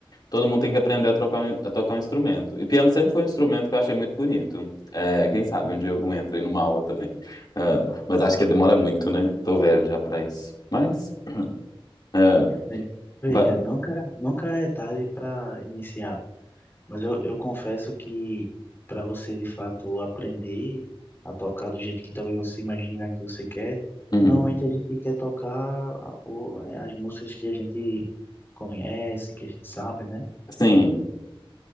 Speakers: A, on the left; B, on the left.
A: todo mundo tem que aprender a, trocar, um- a tocar um instrumento. E piano sempre foi um instrumento que eu achei muito bonito. É, quem sabe um dia eu não entro aí numa aula também. Ah, mas acho que demora muito, né? Tô velho já pra isso. Mas, ah,
B: né? Veja,
A: vai.
B: nunca, nunca é tarde para iniciar. Mas eu, eu confesso que para você de fato aprender a tocar do jeito que talvez você imagina que você quer,
A: Uhum.
B: que normalmente a gente quer tocar a- o- é, as músicas que a gente conhece, que a gente sabe, né?
A: Sim.